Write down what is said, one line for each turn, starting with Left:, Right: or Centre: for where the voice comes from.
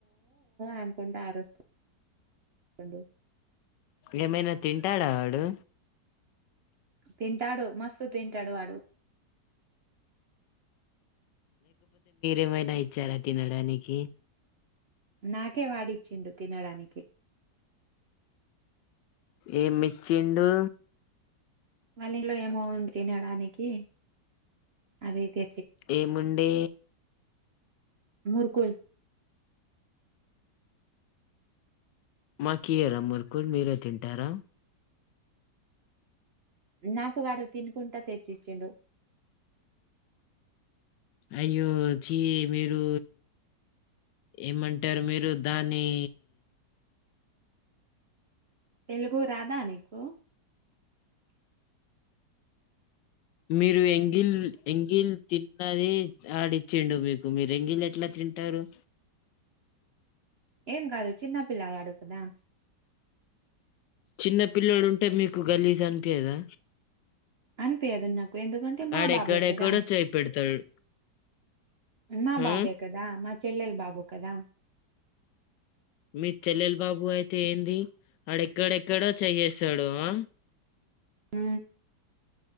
Right: అనుకుంట ఆరుస్తున్నాడు
Left: ఏమైనా తింటాడా వాడు
Right: తింటాడు మస్తు తింటాడు వాడు
Left: ఏ మైనా ఇచ్చారా తినడానికి
Right: నాకే వాడిచ్చిండు తినడానికి
Left: ఏ మెచ్చిండు
Right: వాళ్ళ ఇంట్లో ఏమవుంది తినడానికి అదయితే
Left: ఏముండే
Right: మురుకుల్
Left: మాకీయరా మురుకుల్ మీరే తింటారా
Right: నాకు వాడు తినుకుంటా తెచ్చించుండు
Left: అయ్యో చి మీరు ఏమంటారు మీరు దాన్ని
Right: తెలుగు రాధా నీకు
Left: మీరు ఎంగిల్ ఎంగిల్ తిన్నది ఆడిచ్చేండు మీకు మీరు ఎంగిల్ ఎట్లా తింటారు
Right: ఏం కాదు చిన్నపిల్లవాడు కదా
Left: చిన్న పిల్లోడు ఉంటే మీకు గలీజ్ అనిపియలేదా
Right: అనుపియ అద నాకు ఎందుకంటే మా
Left: అడేక్కడేక్కడో
Right: బాబే కదా
Left: చేయి పెడతాడు
Right: నా బాబే
Left: ఆ
Right: కదా మా చెల్లెల్ బాబు కదా
Left: మీ చెల్లెల బాబు అయితే ఏంది వాడెక్కడెక్కడో చెయ్యఎసాడు ఆ
Right: హ